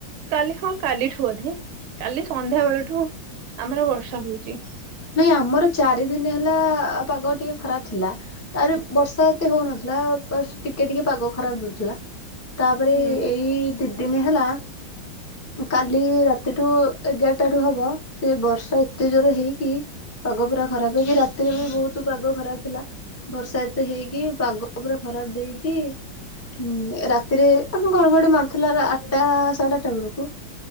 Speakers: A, on the right; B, on the left.
A: କାଲି ହଁ କାଲିଠୁ ବୋଧେ କାଲି ସନ୍ଧ୍ୟା ବେଳଠୁ ଆମର ବର୍ଷା ହଉଛି।
B: ନାଇଁ ଆମର ଚାରି ଦିନ ହେଲା ପାଗ ଟିକେ ଖରାପ ଥିଲା। ତାରେ ବର୍ଷା ଏତେ ହଉନଥିଲା ବସ୍ ଟିକେ ଟିକେ ପାଗ ଖରାପ ଦଉଥିଲା। ତାପରେ
A: ଉଁ,
B: ଏଇ ଦି ଦିନ ହେଲା କାଲ୍ ଖାଲି ରାତିଠୁ ଏଗାରଟା ରୁ ହବ ସେ ବର୍ଷା ଏତେ ଜୋର ହେଇକି ପାଗ ପୁରା ଖରାପ ହେଇକି ରାତିରେ ବି ବହୁତ ପାଗ ଖରାପ ଥିଲା। ବର୍ଷା ଏତେ ହେଇକି ପାଗ ପୁର ଖରାପ ଦେଇକି ହୁଁ ରାତିରେ ଘଡଘଡି ମାରୁଥିଲା ଆଠଟା ସାଢେ ଆଠଟା ବେଳକୁ